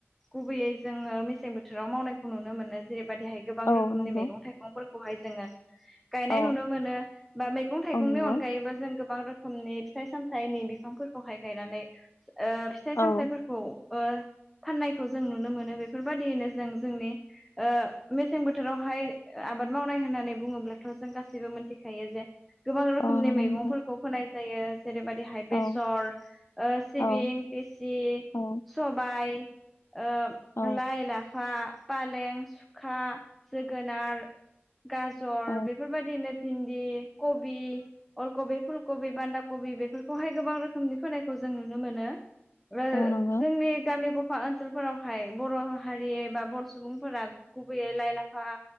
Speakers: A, in the centre; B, on the left (about 80°).
A: गुबैयै जोङो मेसें बोथोराव मावनायखौ नुनो मोनो जेबादि हाय गोबां
B: औ
A: रोखोमनि
B: नंगौ
A: मेगं-थाइगंफोरखौहाय जोङो गायनाय
B: औ
A: नुनो मोनो बा मैगं-थाइगंनि
B: औ नंगौ
A: अनगायैबो जों गो बां रोखोमनि फिथाइ-सामथाइनि बिफांफोरखौहाय गायनानै ओ फिथाइ-सामथायफोरखौ
B: औ
A: ओ फाननायखौ जों नुनो मोनो बेफोरबायदियैनो जों जोंनि ओ मेसें बोथोरावहाय आबाद मावनाय होननानै बुङोब्लाथ' जों गासैबो मिथिखायो जे गोबां रोखोमनि
B: औ नंगौ
A: मैगंफोरखौ
B: नोंथां
A: फोनाय जायो जेरैबायदिहाय
B: औ
A: बेसर ओ सिबिं
B: औ
A: तेसि
B: औ
A: सबाय ओ
B: औ
A: लाइ, लाफा, पालें, सुखा, जोगोनार गाजर
B: औ
A: बेफोरबायदिनो भिन्दि, कबि, अलकबि, फुलकबि, बान्दा कब बि बेफोरखौहाय गोबां रोखोमनि फोनायखौ जों नुनो मोनो ओ
B: औ नंगौ
A: जोंनि गामि गफा ओनसोलफोराव हाय बर' हारि एबा बर' सुबुंफोरा गुबैयै लाइ लाफा